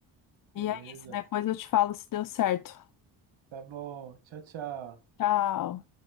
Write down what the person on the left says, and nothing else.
E
é isso. Depois eu te falo se deu certo.
Tchau.